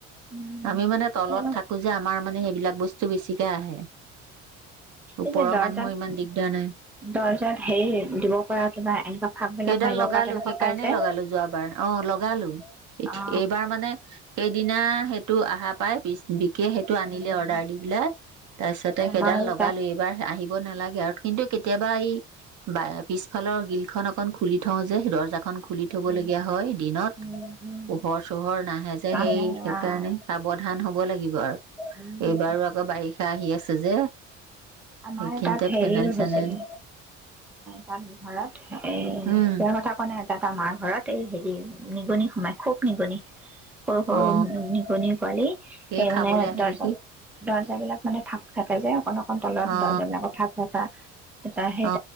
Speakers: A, in the centre; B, on the right.
A: উম
B: আমি মানে তলত
A: উম
B: থাকো যে- আমাৰ মানে সেইবিলাক বস্তু বেছিকে আহে। ওপৰৰ
A: এই যে দৰ্জাত,
B: মানুহৰ ইমান দিগদাৰ নাই
A: দৰ্জাত হেৰি দিব পৰা কিবা এনেকুৱা ফাক বিলাক
B: সেইডাল
A: মাৰিব
B: লগালো
A: পৰা তেনেকুৱা
B: সেইকাৰণে
A: পাই যে।
B: লগালো যোৱাবাৰ লগালো
A: অ অ
B: এইবাৰ মানে সেইদিনা সেইটো আহা পাই পিছ <unintelligible> সেই সেইটো আনিলে
A: উম
B: অৰ্ডাৰ ইবিলাক তাৰ পিছ
A: আমাৰ
B: সেইডাল লগালো
A: তাত
B: এইবাৰ আহিব নালাগে আৰু কিন্তু কেতিয়াবা এই বা পিছফালৰ গিল খন অকন খুলি থওঁ যে দৰ্জা দৰ্জাখন খুলি থব
A: উম
B: লগীয়া হয় দিনত।
A: উম উম
B: পোহৰ চোহৰ নাহে যে
A: আহে
B: সেই সেইকাৰণে
A: আহ
B: সাৱধান হওঁক। হব লাগিব আৰু
A: উম
B: আৰু আকৌ বাৰিষা আহি আছে যে।
A: আমাৰ
B: সেইখিনিতে
A: তাত হেৰি
B: ফেনাইল
A: হৈছে
B: চেনাইল
A: গে তাত ঘৰত এ
B: উম
A: বেয়া কথা কোৱা নাই তাত আৰু মাৰ ঘৰত এই হেৰি নিগনি সোমাই খুব নিগনি সৰু সৰু
B: অ
A: নিগনিৰ পোৱালি সেই
B: এই
A: মানে
B: খাবলৈ আহে
A: দৰ্জা
B: নেকি
A: দৰ্জাবিলাক মানে ফাক কাতে যে অকণ অকণ দৰ্জা বিলাক
B: অ
A: ফাক ফাক ফাক <unintelligible> সেই
B: অ